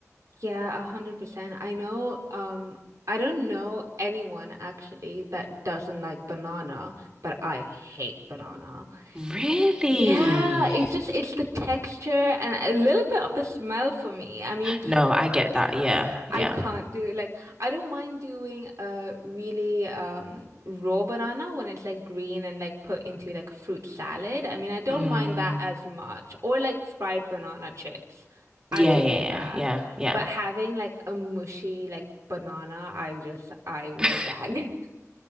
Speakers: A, on the right (about 75°); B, on the right (about 15°).
A: Yeah, a hundred percent. I know, um, I don't know anyone actually that doesn't like banana, but I hate banana.
B: Really?
A: Yeah, it's just it's the texture and a little bit of the smell for me. I mean,
B: No, I get that. Yeah, yeah.
A: I can't do like I don't mind doing a really um raw banana when it's like green and like put into like fruit salad. I mean, I don't
B: Mm,
A: mind that as much. Or like fried banana chips. I
B: yeah,
A: can
B: yeah,
A: do that.
B: yeah, yeah,
A: But having like a mushy like banana, I just I will
B: yeah. <laughs>
A: gag.